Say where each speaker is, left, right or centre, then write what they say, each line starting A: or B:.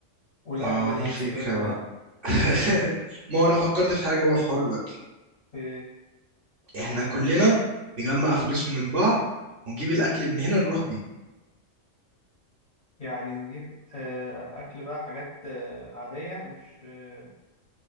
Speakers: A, on the left (about 45°); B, on the right (about 50°).
A: والأكل
B: ما هو
A: اللي
B: دي
A: هنسافر
B: الفكرة
A: له
B: بقى
A: ده
B: <laughs> ما هو انا فكرت في حاجة بقى في حوار الاكل
A: إيه؟
B: احنا كلنا نجمع فلوس من بعض ونجيب الاكل من هنا نروح بيه
A: يعني نجيب آه، أكل بقى حاجات آه، عادية مش آه،